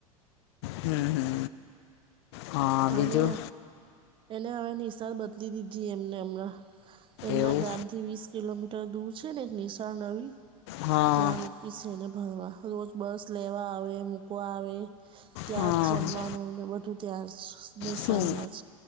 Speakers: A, on the left (about 45°); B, on the right (about 25°).
A: હમ હમ હા બીજું
B: અને એને હવે નિશાર બદલી દીધી એમને હમણાં એમના
A: એવું
B: ગામ થી વીસ કિલોમીટર દૂર છે ને એક નિશાળ રવી
A: હા
B: ત્યાં ક છેને ભરવા રોજ બસ લેવા આવે મૂકવા આવે ત્યાં
A: હા
B: જ જમવાનું
A: હ
B: ને બધું ત્યાં જ નિશામ
A: શું
B: જ